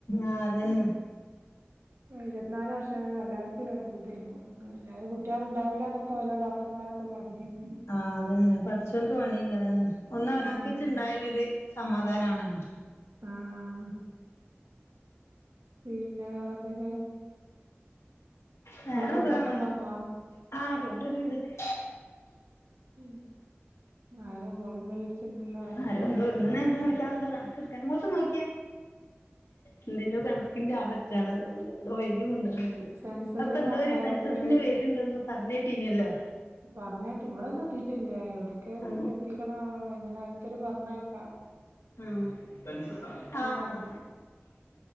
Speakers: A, on the left; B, on the right.
A: ആഹ് അതന്നെ
B: ഉം. ഇരുവത് നാല് വർഷം എല്ലാർക്കും ഒരു അത്ഭുതായിന്നു. എല്ലാരകു കുട്ട്യാള് ഇണ്ടാവൂലാന്നൊക്കെ ഒരോ ഡോക്ടർമാരൊക്കെ പർഞീനി
A: ആ അതന്നെ പടച്ചോൻക്ക് പണിയില്ലതന്നെ ഒന്ന് അവനോൻക്‌ച്ച്
B: ആഹ്
A: ഉണ്ടായലോരു സമാധാനാണല്ലോ.
B: ആഹ്, ആഹ് പിന്ന വേറെന്തൊക്കെ? നിങ്ങള്
A: വേറെതാണല്ല
B: ഫുഡൊക്കെ ഉണ്ടാക്കുവോ
A: ആഹ് ഫുഡൊ ഒരു വിതക്കെ
B: ഉം ആര കോലിങ് ബെൽ ല്ല
A: ആരോ എന്തോ ഇന്നെ എന്താ നോക്കാ എന്തോ കണക്കെടുക്കാൻ മോസം നോക്കിയെ. എന്തിന്റോ കണക്കിന്റെ അളറ്റാണ് തോന്നണ്ട് എന്തോ വൈദ്യമുണ്ട്. ണ്ട്
B: സെൻസസിന്റെ
A: അപ്പൊന്തൊര്
B: ആൾക്കാരാ
A: സെൻസസിന്
B: അപ്പൊ അയിന്
A: വര്ണ്ടെന്ന് പറഞ്ഞെട്ടിനല്ലോ.
B: പറഞ്ഞെട്ട് ഇവിടൊന്നും എത്തീട്ടില്ല. എവിടൊക്കെയൊ
A: ആ
B: എത്തീക്കാണാവൊ ങ്ങനരോ ഒത്തിരി പറഞ്ഞായിപ്പ.
A: ആ, ആഹ്,
B: കാണാം
A: ആഹ്.